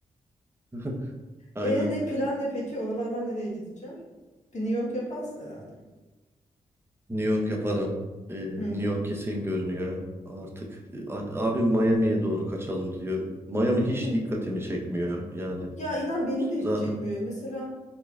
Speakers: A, on the right; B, on the left.
A: <laughs> Aynen.
B: E ne plan ne peki? Oralardan nereye gideceğim? Bir New York yaparsın herhalde.
A: New York yaparım. Ee,
B: Hı
A: New
B: hı.
A: York kesin görünüyor artık. A- Abim Miami'ye doğru kaçalım diyor. Miami
B: Hmm.
A: hiç dikkatimi çekmiyor. Yani
B: Ya inan benim de hiç
A: zaten
B: çekmiyor. Mesela